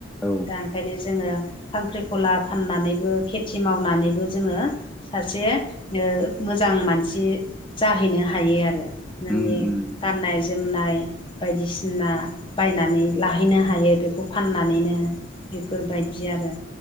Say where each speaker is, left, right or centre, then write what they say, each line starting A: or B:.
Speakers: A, in the centre; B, on the left.
A: औ ओ
B: दा ओंखायनो जोङो खांख्रिखला फाननानैबो खेथि मावनानैबो जोङो सासे ओ मोजां मानसि जाहैनो हायो आरो नोंनि
A: उम उम
B: गाननाय जोमनाय बायदिसिना बायनानै लाहैनो हायो बेखौ फाननानैनो बेफोरबायदि आरो